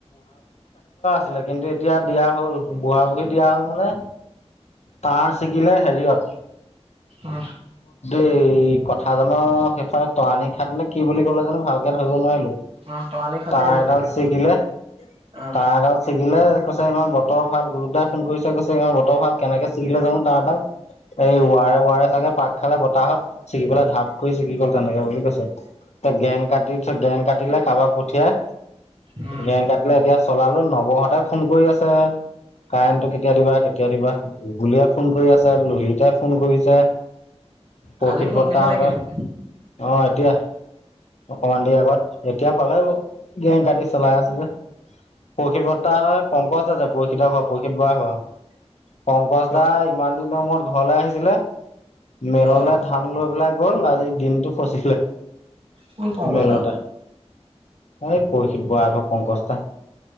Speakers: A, on the left; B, on the right.
A: ছিলে কিন্তু এতিয়া দিয়া হ'ল। বুঢ়া বুঢ়ী দিয়া হ'ল মানে টাৰ ছিগিলে হেৰিয়ত
B: অ
A: এই কথা জানৰ শেষত তৰানি খাট নে কি বুলি কলে জানো ভালকে ধৰিব নোৱাৰিলো।
B: অ তৰালি খাতে
A: তাঁৰ
B: আছে
A: এডাল
B: জেগাটো
A: ছিগিলে
B: অ
A: তাঁৰ এডাল ছিগিলে কৈছে ইমান বতৰ ভাল গুৰুকদাই ফোন কৰিছে কৈছে ইমান বতৰ ভাল কেনেকে ছিগিলে যাওঁ তাঁৰডাল। এই ৱাৰে-ৱাৰে চাগে পাক খালে বতাহত ছিগি পেলাই ঢাপ কৰি চিকি গ'ল তেনেকে বুলি কৈছে। গেং কাটি গেং কাটিলে কাৰাবাক পঠিয়াই,
B: উম
A: গেং কাটিলে এতিয়া চলালো নৱহঁতে ফোন কৰি আছে। কাৰেণ্টটো কেতিয়া দিবা, কেতিয়া দিবা? গুলীয়ে ফোন কৰি আছে, লহিতে ফোন কৰিছে। প্ৰশিত
B: আজি ফোন
A: বৰ্তা
B: কৰিছে
A: হতে।
B: নেকি
A: অ',
B: তোক
A: এতিয়া অকমান দেৰি আগত এতিয়া পালে ব গেং কাটি চলাই আছে যে <unintelligible> প্ৰশিত বৰ্তাহ পংকজ আছে প্ৰশিতহঁতৰ প্ৰশিত বয়স <unintelligible> পংকজ
B: অ
A: দা ইমান দিনৰ মূৰত ঘৰলে আহিছিলে মেললে
B: অ
A: ধান লৈ পেলাই গল আজি দিনটো ফচিলে।
B: কোন পংকজ
A: মেলতে
B: দা অও?
A: এই পৰিশিত বৰা ঘৰৰ পংকজ দা।